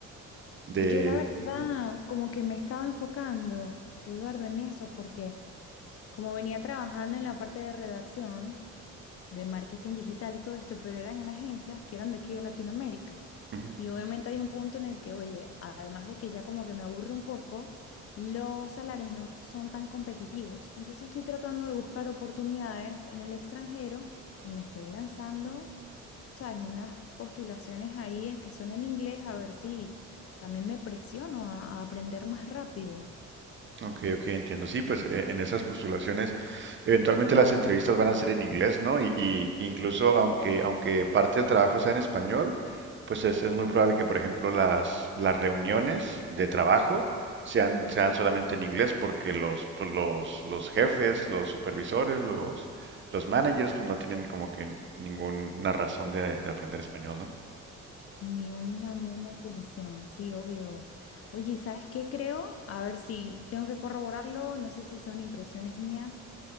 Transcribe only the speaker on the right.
de,
ujú,
ujú.
Ok, ok, entiendo. Sí, pues eh, en esas postulaciones, eventualmente las entrevistas van a ser en inglés, ¿no? Y, y incluso aunque, aunque parte del trabajo sea en español, pues es, es muy probable que, por ejemplo, las, las reuniones de trabajo sean, sean solamente en inglés, porque los, pues, los, los jefes, los supervisores, los, los managers, pues no tienen como que ninguna razón de, de aprender español, ¿no?